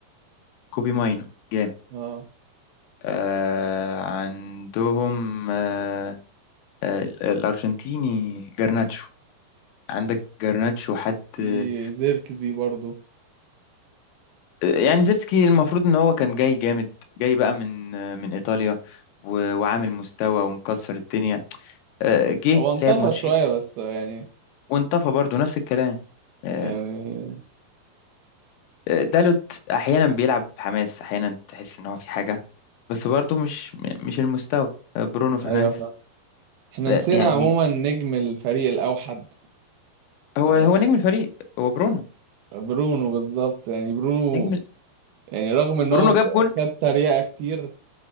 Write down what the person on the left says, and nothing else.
كوبي ماينو جامد
آه عندهم آه، آه، الأرجنتيني جرناتشو عندك جرناتشو حد
آه،
يعني زيرتسكي المفروض إن هو كان جاي جامد جاي بقى من آه، من إيطاليا و- وعامل مستوى ومكسر الدنيا آه، جه
لعب ماتشين
وانطفى برضه نفس الكلام آه،
فدالوت أحيانا بيلعب حماس أحيانا تحس إن هو في حاجة بس برضه مش مش المستوى آه، برونو فرنانديز
آه،
يعني
هو هو
نجم الفريق هو برونو
نجم ال-
برونو
جاب جون